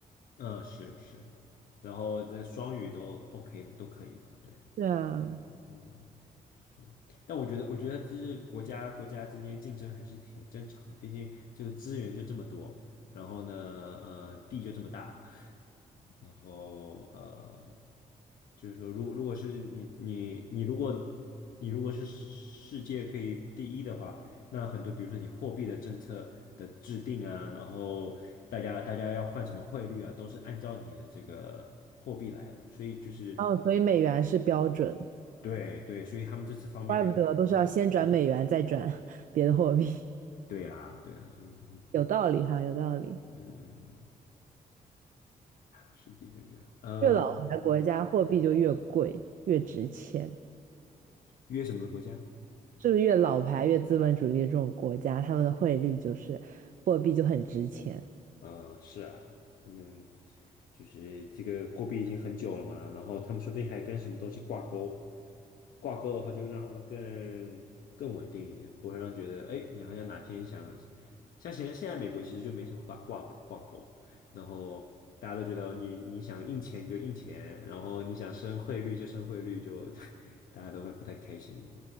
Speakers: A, on the left; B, on the right.
A: 嗯，是是，然后这双语都 OK 都可以嘛？对，
B: 对啊，
A: 嗯，是。但我觉得，我觉得就是国家国家之间竞争还是挺正常的，毕竟这个资源就这么多，然后呢，呃，地就这么大，<laughs> 然后呃，就是说，如果如果是你你你如果你如果是世界可以第一的话，那很多比如说你货币的政策的制定啊，然后大家大家要换什么汇率啊，都是按照你的这个货币来的，所以就是
B: 哦，所以美元是标准，
A: 对对，所以他们这次方面还是挺看重。
B: 怪不得都是要先转美元再转 <laughs> 别的货币，
A: 对啊对啊，所以
B: 有道理哈，有道理。
A: 嗯嗯，世界就这样。呃，
B: 越老牌国家货币就越贵，越值钱，
A: 约什么国家？
B: 是不是越老牌越资本主义这种国家，他们的汇率就是货币就很值钱。
A: 嗯，是啊，他们就是这个货币已经很久了嘛，然后他们说不定还跟什么东西挂钩，挂钩的话就让他们更更稳定一点，不会让觉得哎，诶你好像哪天想，像现在现在美国其实就没什么挂挂挂钩，然后大家都觉得你你想印钱就印钱，然后你想升汇率就升汇率就，<laughs> 大家都会不太开心，